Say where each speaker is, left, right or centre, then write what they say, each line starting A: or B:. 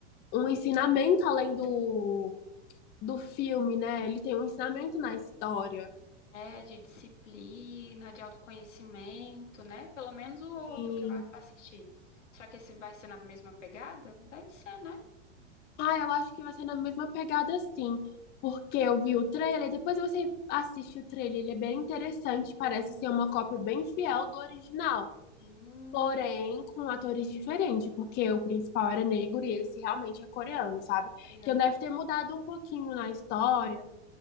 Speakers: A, on the left; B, on the left.
A: um ensinamento além do, do filme, né? Ele tem um ensinamento na história.
B: É, de disciplina, de autoconhecimento, né? Pelo menos o outro
A: E,
B: que eu a- assisti. Será que esse vai ser na mesma pegada? Deve ser, né?
A: ah, eu acho que vai ser na mesma pegada assim, porque eu vi o trailer, depois você assiste o trailer, ele é bem interessante, parece ser uma cópia bem fiel do original.
B: Hum,
A: Porém, com atores diferentes, porque o principal era negro e esse realmente é coreano, sabe?
B: coreano.
A: Então deve ter mudado um pouquinho na história,